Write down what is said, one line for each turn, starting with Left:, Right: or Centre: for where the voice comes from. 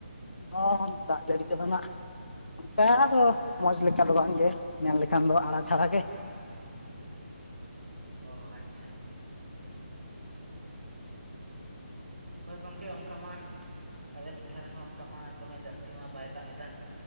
Left: ᱦᱚᱸ ᱫᱟᱜ ᱡᱟᱹᱲᱤ ᱠᱚᱫᱚ ᱱᱟᱜ ᱚᱱᱠᱟ ᱫᱚ ᱢᱚᱡᱽ ᱞᱮᱠᱟ ᱫᱚ ᱵᱟᱝ ᱜᱮ᱾ ᱢᱮᱱ ᱞᱮᱠᱷᱟᱱ ᱫᱚ ᱟᱲᱟ ᱪᱷᱟᱲᱟ ᱜᱮ᱾
Right: ᱚ ᱟᱪᱪᱷᱟ᱾ ᱦᱳᱭ ᱜᱚᱝᱠᱮ ᱚᱱᱠᱟ ᱢᱟ ᱟᱞᱮ ᱴᱚᱴᱷᱟ ᱨᱮᱦᱚᱸ ᱚᱱᱠᱟ ᱢᱟ ᱫᱚᱢᱮ ᱡᱟᱹᱥᱛᱤ ᱢᱟ ᱵᱟᱭ ᱫᱟᱜ ᱮᱫᱟ᱾